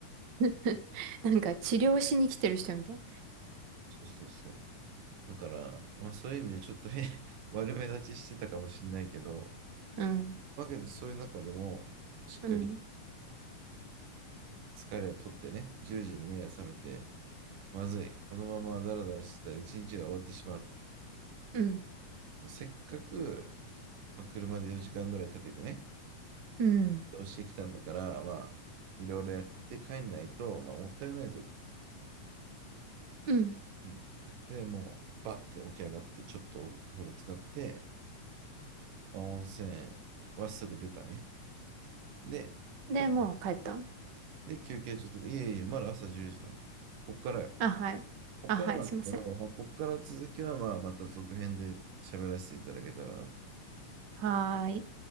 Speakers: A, on the right; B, on the right.
A: <laughs> なんか治療しに来てる人みたい。
B: そうそうそう。だから、まあそういう意味でちょっと変、<laughs> 悪目立ちしてたかもしれないけど、
A: うん、
B: わけで、そういう中でも、しっかり
A: うん、
B: 疲れを取ってね、10時に目が覚めて、まずい、このままダラダラしてたら一日が終わってしまうと。
A: うん、
B: まあせっかく、まあ車で4時間ぐらいかけてね、
A: うん、
B: 移動してきたんだから、まあ、いろいろやって帰んないと、まあ、もったいないぞと。
A: うん。
B: うん。で、もう、バッて起き上がって、ちょっとお風呂使って、まあ温泉はすぐ出たね。で、
A: で、
B: ちょっと
A: もう帰ったん
B: で、休憩所とか、いえいえ、まだ朝10時だもん。こっからよ。
A: あ、はい。
B: こっからなんだけど、
A: あ、はい、すいません。
B: まあ、こっから続きはまあまた続編で喋らせていただけたらなと
A: はーい。